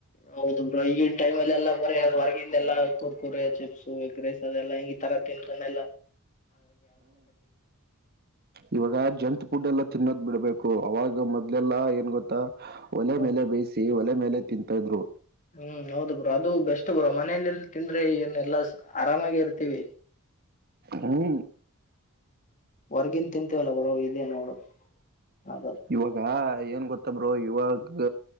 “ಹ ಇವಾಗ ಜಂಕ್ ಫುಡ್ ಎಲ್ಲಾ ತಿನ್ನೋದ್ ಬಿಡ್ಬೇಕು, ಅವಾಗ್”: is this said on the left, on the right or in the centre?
Right